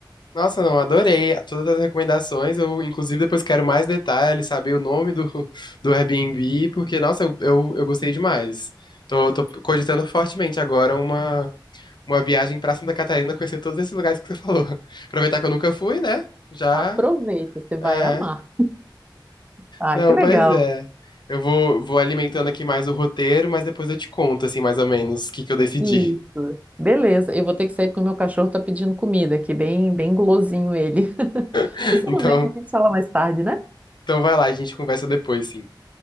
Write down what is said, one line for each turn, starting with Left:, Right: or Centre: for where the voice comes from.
Left: Nossa, não, adorei todas as recomendações. Eu, inclusive, depois quero mais detalhes, saber o nome do, do Airbnb, porque, nossa, eu, eu, eu gostei demais. Tô, tô cogitando fortemente agora uma, uma viagem pra Santa Catarina, conhecer todos esses lugares que você falou. <laughs> Aproveitar que eu nunca fui, né? Já.
Right: Aproveita, você vai
Left: É.
Right: amar. Ah,
Left: Não,
Right: que legal.
Left: pois é. Eu vou, vou alimentando aqui mais o roteiro, mas depois eu te conto, assim, mais ou menos, o que que eu decidi.
Right: Isso. Beleza, eu vou ter que sair porque o meu cachorro tá pedindo comida aqui, bem, bem gulosinho ele. <laughs>
Left: <laughs>
Right: Mas tudo
Left: Então,
Right: bem, a gente fala mais tarde, né?
Left: então vai lá, a gente conversa depois, sim.